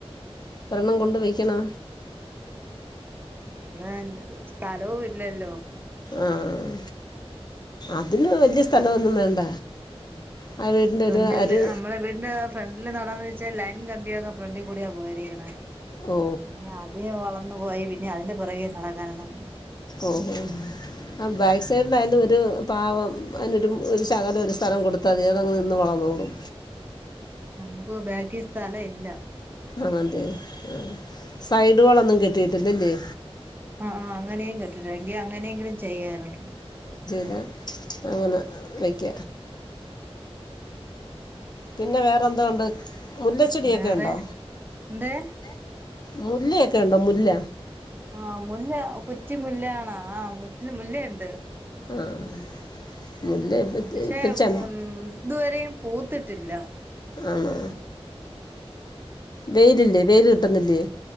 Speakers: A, on the left; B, on the right.
A: ഒരെണ്ണം കൊണ്ട് വെക്കണോ
B: ഇവ്ടെ സ്ഥലോ ഇല്ലല്ലോ
A: ആഹ് അതിന് വല്ല്യ സ്ഥലോന്നും വേണ്ട ആ വീടിൻ്റെ
B: ഫ്രണ്ടിൽ
A: ഒരു അരു
B: അമ്മളെ വീട്ന്റെ ഫ്രണ്ടില് നടാൻ വെ ലൈൻ കമ്പിയൊക്കെ ഫ്രണ്ട് കൂടിയാ പോയിരിക്ണെ
A: ഓ
B: ഹേ അതെ വളം വന്നു പോയി പിന്നെ അതിന്റെ പോറകേ നടക്കാനൊന്നും
A: ഓഹോ ആ ബാക്ക് സൈഡ്ലായാലും ഒരു പാവം അയ്നൊരു ഒര് ശകലം ഒര് സ്ഥലം കൊട് തനിയെ അതങ്ങ് നിന്ന് വളന്നോളും
B: നമുക്ക് ബേക്കി സ്ഥല ഇല്ല
A: ആണല്ലേ ആ. സൈഡ് വളമൊന്നും കിട്ടിയിട്ടില്ലല്ലേ
B: ആഹ് ആഹ് ങ്ങനെയും <unintelligible> ങ്കി അങ്ങനെങ്കിലും ചെയ്യായ്യിര്ന്ന്
A: അ അങ്ങനെ വെക്ക പിന്നെ വേറെന്തോ ഉണ്ട് മുല്ലച്ചെടിയൊക്കെ
B: വേറെ
A: ഉണ്ടോ
B: ന്തേ
A: മുല്ലയൊക്കെണ്ടോ മുല്ല
B: ആഹ് മുല്ല കുറ്റി മുല്ല ആണ ആഹ് മുറ്റ്ന് മുല്ലയ്ണ്ട്
A: ആഹ് മുല്ല ഇപ്പ
B: പക്ഷെ
A: ഇപ്പം ചെ
B: ഒൻ ദൂവരെയും പൂത്തിട്ടില്ല
A: ആണോ വെയിലില്ലേ വെയിൽ കിട്ടുന്നില്ലേ